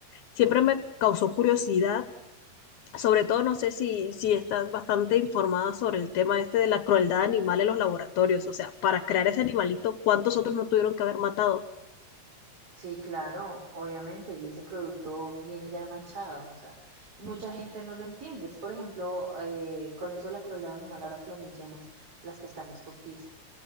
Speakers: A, on the left; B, on the right.
A: Siempre me causó curiosidad sobre todo, no sé si, si estás bastante informada sobre el tema este de la crueldad animal en los laboratorios. O sea, para crear ese animalito, ¿cuántos otros no tuvieron que haber matado?
B: Sí, claro, obviamente, y ese producto viene ya manchado, o sea, y mucha gente no lo entiende. Es, Por ejemplo, eh, con eso de la crueldad animal, ahora que lo mencionas, las pestañas postizas.